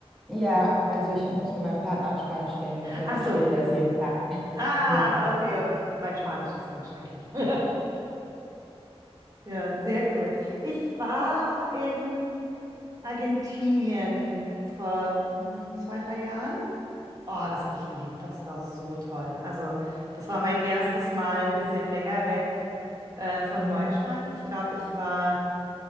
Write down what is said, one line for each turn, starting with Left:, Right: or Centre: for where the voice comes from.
Centre: Ja, also ich muss mit meinem Partner auf Spanisch reden, das heißt,
Right: Ach
Centre: ich
Right: so.
Centre: rede das jeden Tag. <laughs>
Right: Ah,
Centre: Ja.
Right: okay, okay. Mein Spanisch ist ganz schrecklich. <laughs> Ja, sehr cool. Ich war in Argentinien vor hm, zwei, drei Jahren. Oh, das habe ich geliebt. Das war so toll. Also, das war mein erstes Mal ein bisschen länger weg äh, von
Centre: Mhm.
Right: Deutschland. Ich glaube, ich war